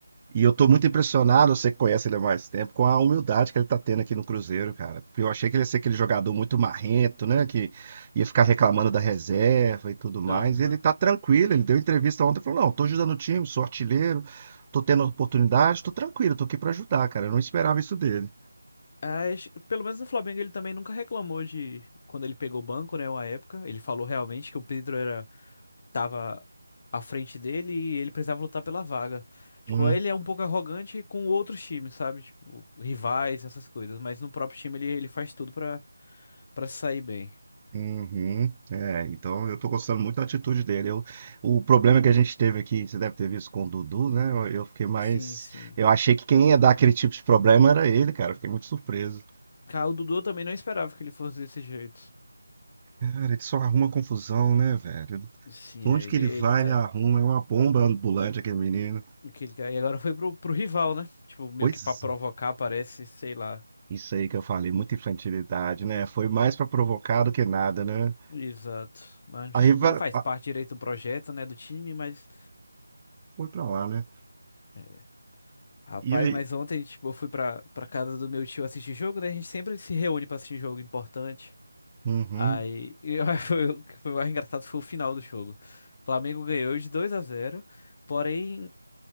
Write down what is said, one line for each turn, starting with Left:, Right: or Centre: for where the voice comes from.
Right: E eu tô muito impressionado, você que conhece ele há mais tempo, com a humildade que ele tá tendo aqui no Cruzeiro, cara. Porque eu achei que ele ia ser aquele jogador muito marrento, né? Que ia ficar reclamando da reserva e tudo mais.
Left: Aham.
Right: E ele tá tranquilo, ele deu entrevista ontem, falou, não, tô ajudando o time, sou artilheiro, tô tendo oportunidade, tô tranquilo, tô aqui pra ajudar, cara. Eu não esperava isso dele.
Left: As- pelo menos no Flamengo ele também nunca reclamou de quando ele pegou o banco, né, uma época. Ele falou realmente que o Pedro era tava à frente dele e ele precisava lutar pela vaga. Tipo,
Right: Hum.
Left: ele é um pouco arrogante com outros times, sabe? Tipo, rivais, essas coisas, mas no próprio time ele, ele faz tudo pra para sair bem.
Right: Uhum. É, então eu tô gostando muito da atitude dele. Eu, o problema que a gente teve aqui, você deve ter visto com o Dudu, né? Eu, eu fiquei mais.
Left: Sim, sim.
Right: Eu achei que quem ia dar aquele tipo de problema era ele, cara. Eu Fiquei muito surpreso.
Left: Cara, o Dudu eu também não esperava que ele fosse desse jeito.
Right: Cara, ele só arruma confusão, né, velho?
Left: Sim,
Right: Onde
Left: é, ele
Right: que ele
Left: ele
Right: vai,
Left: tá
Right: ele arruma. É uma bomba ambulante aquele menino.
Left: que ele tá- e agora foi pro, pro rival, né? Tipo, meio
Right: Pois
Left: que pra provocar,
Right: é.
Left: parece, sei lá.
Right: Isso aí que eu falei, muita infantilidade, né? Foi mais pra provocar do que nada, né?
Left: Exato. Acho
Right: Aí vai.
Left: que nem faz
Right: ah,
Left: parte direito do projeto, né, do time, mas.
Right: Foi pra lá, né?
Left: é, Rapaz,
Right: E aí?
Left: mas ontem, tipo, eu fui pra, pra casa do meu tio assistir jogo, né? A gente sempre se reúne pra assistir jogo importante.
Right: Uhum.
Left: Aí, <laughs> eu, foi o que foi mais engraçado foi o final do jogo. O Flamengo ganhou de 2 a zero porém,